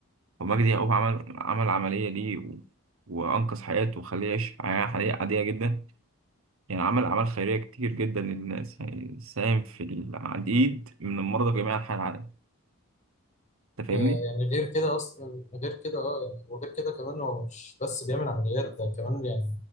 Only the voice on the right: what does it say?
ومجدي يعقوب عمل عمل عملية ليه و... وأنقذ حياته وخليه يعيش حياة حقيقية عادية جدا يعني عمل أعمال خيرية كتير جدا للناس يعني ساهم في العديد من المرضى في جميع أنحاء العالم أنت فاهمني؟